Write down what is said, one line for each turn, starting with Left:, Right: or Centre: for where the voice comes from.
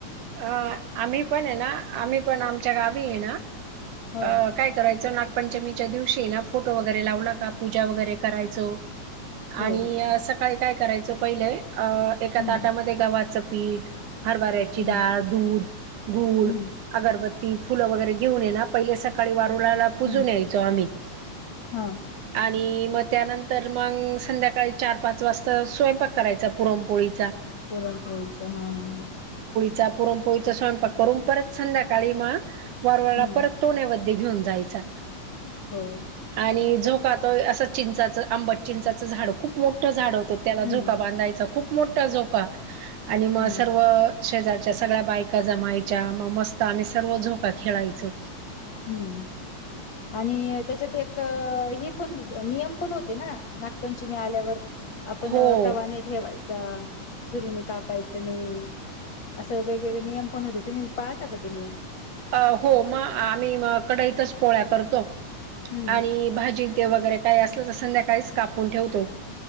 Right: अ आम्ही पण आहे ना, आम्ही पण आमच्या गावी आहे ना
Left: हो
Right: अ - कायं करायचं नागपंचमीच्या दिवशी नां फोटो वगैरें लावलां की पूजा वगैरें करांयचो.
Left: हो
Right: आणि सकाळीं कायं करायचं पहिले अं एकां
Left: हम्म
Right: ताटांमध्यें गव्हांचं पीठं- हरबऱ्यांची
Left: हम्म
Right: डाळं दूधं गूंळ-
Left: हम्म
Right: अगरबत्ती फुलं वगैरें घेऊन ये नां पहिले सकाळीं वारुंळाला - पूजूंन
Left: हम्म
Right: यांयचो आम्हीं -
Left: हा
Right: आणि मं त्यांनंतर मंग संध्याकांळी चार पांच वाजतां स्वयंपाक करांयचा पुरणपोळीचां
Left: पोरं हऊसं आहे हां हां हां
Right: चां पुरणपोळीचा स्वयंपाक करूंन परंत संध्याकांळी मं वारुळांला
Left: हम्म
Right: परंत- तो नैवैध्य घेऊंन जायंचा.
Left: हो.
Right: आणि झोकांतो अं असं चिंचाचं आंबट चिंचाचं झाडं खूंप मोठं झाडं होतं - त्यांला झोकां
Left: हम्म
Right: बांधायचां खूंप मोठा झोका आणि मं
Left: हम्म
Right: सर्व - शेजांरच्या सगळ्यां बायंका जमांयच्या मं मस्तं आम्हीं सर्व झोकां खेळांयचो.
Left: हम्मं. आणि त्यांच्यात एक हे पणं नियम पणं होते नां नागपंचमी आल्यांवर - आपणं
Right: हो
Left: तवां नाहीं ठेवांयचा सुरीनी कापांयचं नाहीं - असं वेगवेगळे नियंम पणं होते तुम्हीं पाळतां कां ते नियम.
Right: अं हो म आम्हीं कडईतंच पोळ्या करतो
Left: हम्म
Right: आणि भाजी - ते वगैरें कांहीं असलं तरी संध्याकाळीच कापूंणठे ठेवतो